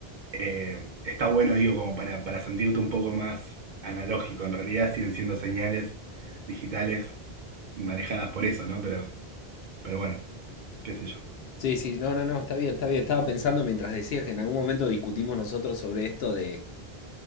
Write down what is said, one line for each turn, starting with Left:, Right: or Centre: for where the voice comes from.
Right: eh, está bueno, digo, como para, para sentirte un poco más analógico. En realidad siguen siendo señales digitales manejadas por eso, ¿no? Pero... Pero bueno, qué sé yo,
Left: Sí, sí, no, no, no, está bien, está bien. Estaba pensando mientras decías que en algún momento discutimos nosotros sobre esto de,